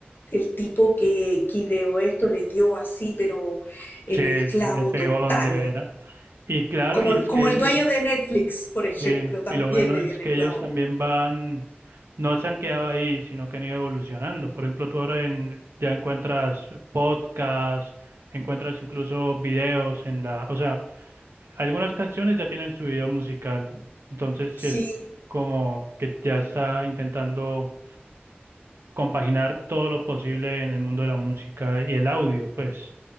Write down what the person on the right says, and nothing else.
Sí, le
pegó
donde era. Y claro,
y es
que
ellos,
sí,
y lo bueno
es
que
ellos también van, no se han quedado ahí, sino que han ido evolucionando. Por ejemplo, tú ahora en- ya encuentras podcasts, encuentras incluso videos en la, o sea, algunas canciones ya tienen su video musical. Entonces sí
es como que ya está intentando. compaginar todo lo posible en el mundo de la música y el audio, pues.